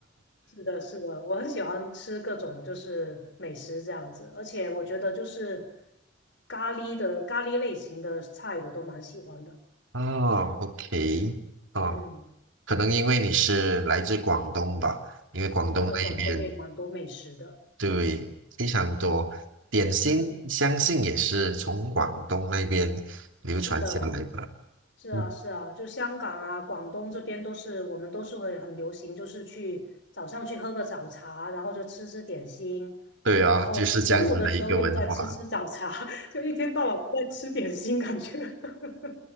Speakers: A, on the left; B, on the right.
A: 是的，是的，我很喜欢吃各种就是美食这样子，而且我觉得就是咖喱的咖喱类型的菜我都蛮喜欢的。
B: <laughs> 哦，OK，哦，
A: 嗯，
B: 可能因为你是来自广东吧，因为广东那边
A: 嗯，对，广东也蛮多美食的。
B: 对非常多点心，
A: 嗯，
B: 相信也是从广东那边流传下来吧。
A: 是的，是啊，
B: 嗯，
A: 是啊，就香港啊、广东这边都是，我们都是会很流行，就是去早上去喝个早茶，然后就吃吃点心，
B: 对啊，
A: 然后中午的时候又再吃吃早茶，
B: 就是这样子的一个文化。
A: <laughs> 就一天到晚在吃点心，感觉。<laughs>